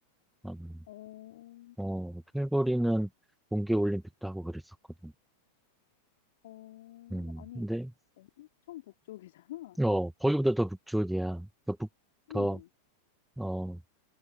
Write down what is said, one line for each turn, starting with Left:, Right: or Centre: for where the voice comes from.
Centre: 음,
Left: 어,
Centre: 어 캘거리는 동계 올림픽도 하고 그랬었거든.
Left: 어,
Centre: 음,
Left: 아니,
Centre: 근데
Left: 엄청 북쪽이잖아.
Centre: 어 거기보다 더 북쪽이야. 더 북, 더
Left: 음,
Centre: 어